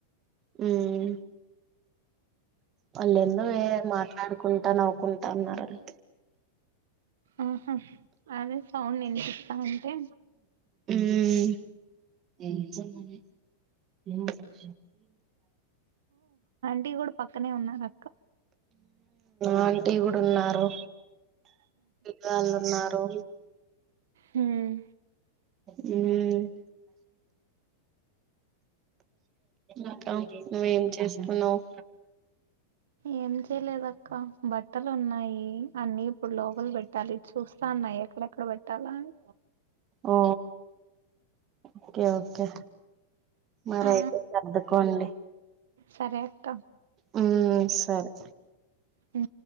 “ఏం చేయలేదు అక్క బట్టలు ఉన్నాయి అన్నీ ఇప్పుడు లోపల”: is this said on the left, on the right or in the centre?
Right